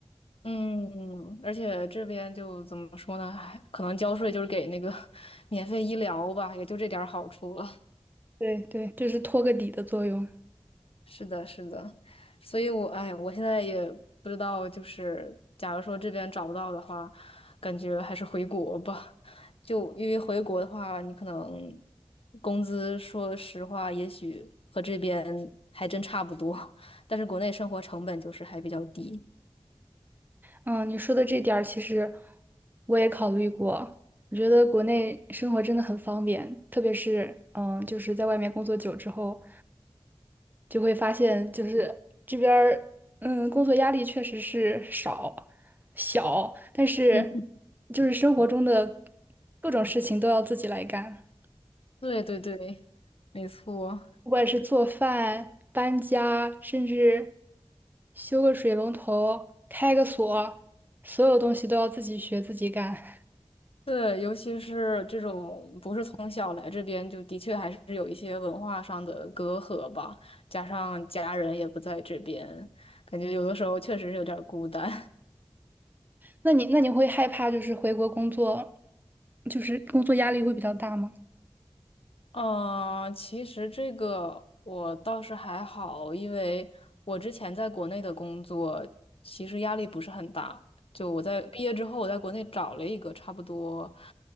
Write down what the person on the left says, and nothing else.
嗯，而且这边就怎么说呢，还可能交税就是给那个 <laughs> 免费医疗吧，也就这点儿好处了。
是的，是的，所以我，哎，我现在也不知道，就是假如说这边找不到的话，感觉还是回国吧。就因为回国的话，你可能工资，说实话，也许和这边还真差不多，但是国内生活成本就是还比较低。
嗯，
对对对，没错。
对，尤其是这种不是从小来这边，就的确还是有一些文化上的隔阂吧，加上家人也不在这边，感觉有的时候确实是有点儿孤单。
嗯，呃其实这个我倒是还好，因为我之前在国内的工作其实压力不是很大。就我在毕业之后，我在国内找了一个差不多，